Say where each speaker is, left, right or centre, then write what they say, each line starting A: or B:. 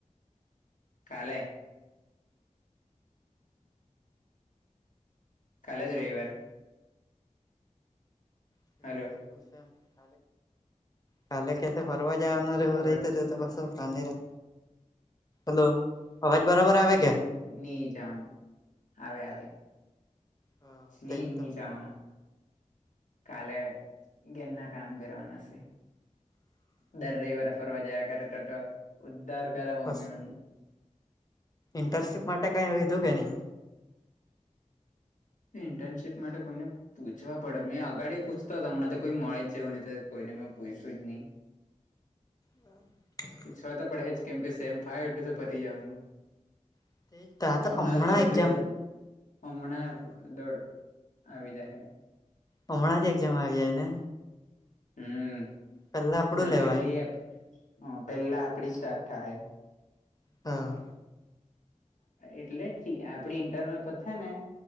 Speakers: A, on the left; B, on the left.
A: કાલે કાલેજ રવિવાર.
B: <inaudible>
A: હલો
B: કાલે કેથે ફરવા જવાનું
A: તારો
B: એવું
A: અવાજ
B: રેતે તો પાસુ પારનેરા હલો અવાજ બરાબર આવે
A: ની
B: કે?
A: ની જવાનું આવે આવે
B: હા તે
A: ની
B: જ
A: ની
B: તો
A: જવાનું કાલે ઘેરના કામ કરવાના છે. દર રવિવાર ફરવા જયા કરે તો તો ઉદ્ધાર કરે મમ્મીઓ.
B: બસ ઇન્ટર્નશીપ માટે કઈ વિધું કે નહીં?
A: ઇન્ટર્નશીપ માટે કોઈને પૂછવા પડે મેં અગાડી પૂછતા હમણાં તો કોઈ મળે જવુંને તો કોઈને મેં પૂછું જ નહી.
B: હા. <unintelligible>
A: પૂછવા તો પડે જ કેમ કે સેમ ફાય એ તો પતી જવાનું
B: નહી તા તો
A: હમણાં દોડતી
B: એક્ઝામ
A: દડતી હમણાં દોડ આવી જ હ.
B: હમણાં જ એક્ઝામ આવી જાય ને.
A: હમ
B: પેલા આપડું
A: ના
B: લેવાય
A: પેલી પેહલા આપડી સ્ટાર થાય.
B: હા.
A: એટલે કી આપડી ઇન્ટરનલ પથ ને